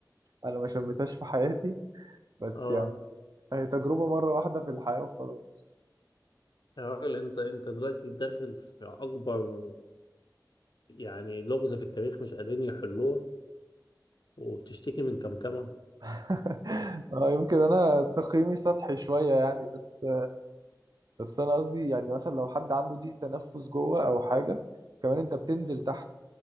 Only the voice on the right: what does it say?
انا ما شميتهاش في حياتي بس
يعني هي تجربة مرة واحدة في الحياة وخلاص
<laughs> اه يمكن انا تقييمي سطحي شوية يعني بس بس انا قصدي يعني مثلا لو حد عنده ضيق تنفس جوه او حاجة كمان انت بتنزل تحت